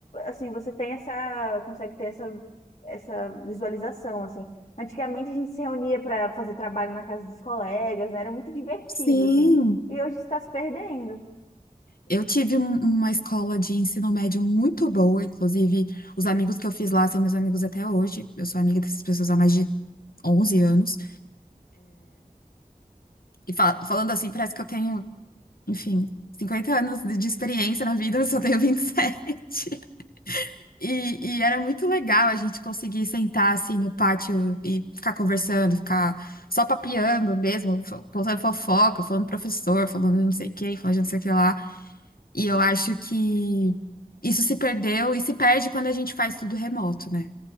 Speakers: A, on the left; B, on the left.
A: assim você tem essa, consegue ter essa, essa visualização assim. Antigamente a gente se reunia para fazer trabalho na casa dos colegas, né? Era muito divertido
B: sim.
A: assim. E hoje está se perdendo.
B: Eu tive um- uma escola de ensino médio muito boa, inclusive os amigos que eu fiz lá são meus amigos até hoje. Eu sou amiga dessas pessoas há mais de 11 anos. E fa- falando assim, parece que eu tenho, enfim, 50 anos de de experiência na vida, eu só tenho 27. E, sete. <laughs> e e era muito legal a gente conseguir sentar assim no pátio e ficar conversando, ficar só papeando mesmo, fo- contando fofoca, falando do professor, falando de não sei quem, falando de não sei o que lá. E eu acho que isso se perdeu e se perde quando a gente faz tudo remoto, né?